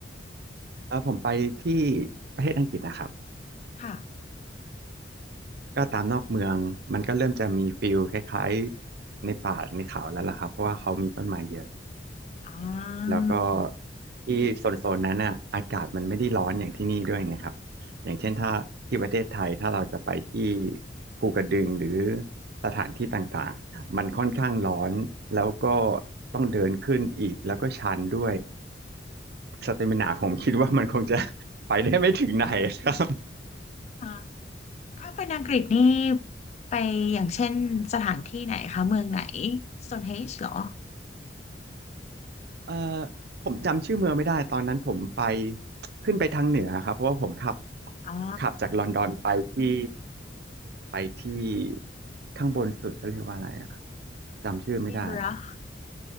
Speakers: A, on the right; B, on the left.
A: เออผมไปที่ประเทศอังกฤษนะครับ
B: ค่ะ
A: ก็ตามนอกเมืองมันก็เริ่มจะมีฟิลคล้ายๆในป่าในเขาแล้วล่ะครับเพราะว่าเขามีต้นไม้เยอะ
B: อ่
A: แล้วก็
B: า
A: ที่โซนโซนนั้นอ่ะอากาศมันไม่ได้ร้อนอย่างที่นี่ด้วยไงครับอย่างเช่นถ้าที่ประเทศไทยถ้าเราจะไปที่ภูกระดึงหรือสถานที่ต่างๆมันค่อนข้างร้อนแล้วก็ต้องเดินขึ้นอีกแล้วก็ชันด้วยสเตมินาผมคิดว่ามันคงจะ <laughs> ไปได้ไม่ถึงไหนครับ
B: อ่าถ้าเป็นอังกฤษนี่ไปอย่างเช่นสถานที่ไหนคะเมืองไหน s t o n e h e g e เหรอ
A: เอ่อผมจำชื่อเมืองไม่ได้ตอนนั้นผมไปขึ้นไปทางเหนือครับเพราะว่าผมขับ
B: อ่า
A: ขับจากลอนดอนไปที่ ไปที่ข้างบนสุดเขาเรียกว่าอะไรอะจำชื่อไม่ได้อะครับ
B: d i n b u r g h